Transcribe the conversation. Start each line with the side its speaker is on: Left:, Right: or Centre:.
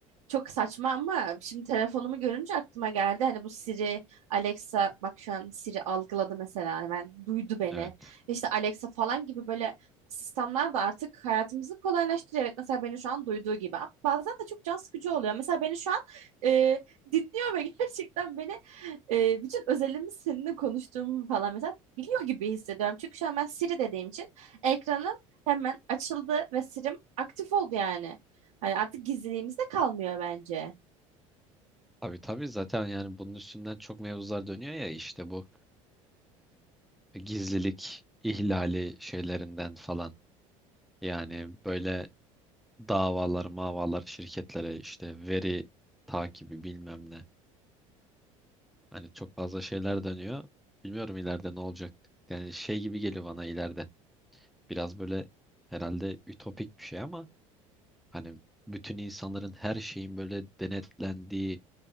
Right: çok saçma ama şimdi telefonumu görünce aklıma geldi. Hani bu Siri, Alexa bak şu an Siri algıladı mesela hemen duydu beni.
Centre: Evet.
Right: İşte Alexa falan gibi böyle asistanlar da artık hayatımızı kolaylaştırıyor. Evet mesela beni şu an duyduğu gibi ama bazen de çok can sıkıcı oluyor. Mesela beni şu an e, dinliyor ve <laughs> gerçekten beni e, bütün özelimi seninle konuştuğumu falan mesela biliyor gibi hissediyorum. Çünkü şu an ben Siri dediğim için ekranım hemen açıldı ve Siri'm aktif oldu yani. Hani artık gizliliğimiz de kalmıyor bence.
Centre: Tabii tabii zaten yani bunun üstünden çok mevzular dönüyor ya işte bu eee, gizlilik ihlali şeylerinden falan. Yani böyle davalar, mavalar, şirketlere işte veri takibi bilmem ne. Hani çok fazla şeyler dönüyor. Bilmiyorum ileride ne olacak. Yani şey gibi geliyor bana ileride. Biraz böyle herhalde ütopik bir şey ama hani bütün insanların her şeyin böyle denetlendiği,